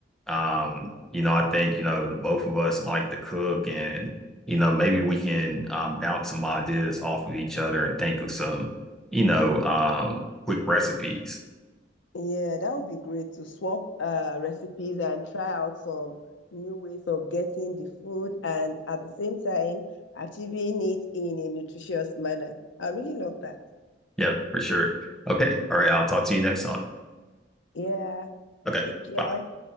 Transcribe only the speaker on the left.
Yeah, that would be great to swap uh, recipes and try out some new ways of getting the food and at the same time achieving it in a nutritious manner. I really love that.
Yeah,
take care.